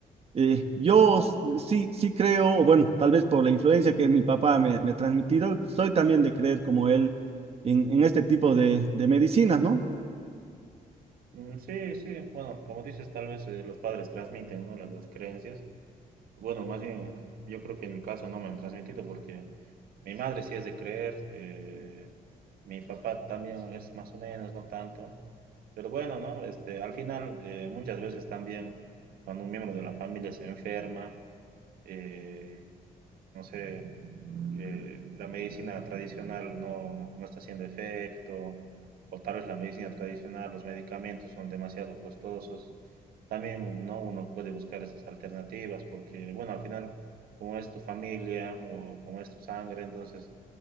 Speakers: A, on the right; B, on the right.
A: eh, yo sí, sí creo, bueno, tal vez por la influencia que mi papá me, me ha transmitido, soy también de creer como él en, en este tipo de, de medicinas, ¿no?
B: Mm, Sí, sí, bueno, como dices, tal vez eh, los padres transmiten, ¿no? Las, las creencias Bueno, más bien, yo creo que en mi caso no me han transmitido porque mi madre sí es de creer, eh, mi papá también es más o menos, no tanto. Pero bueno, ¿no? Este, al final, eh, muchas veces también cuando un miembro de la familia se enferma, eh, no sé, eh, la medicina tradicional no, no está haciendo efecto, o tal vez la medicina tradicional, los medicamentos son demasiado costosos. También ¿no? uno puede buscar esas alternativas porque, bueno, al final, como es tu familia o como es tu sangre, entonces